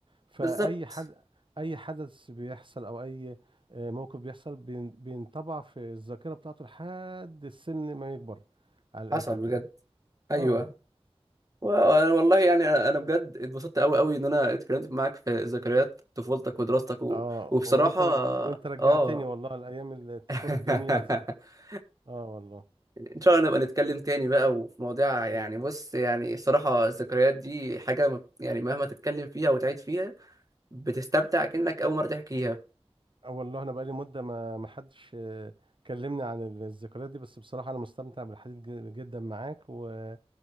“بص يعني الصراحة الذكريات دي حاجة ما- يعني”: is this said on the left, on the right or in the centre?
Right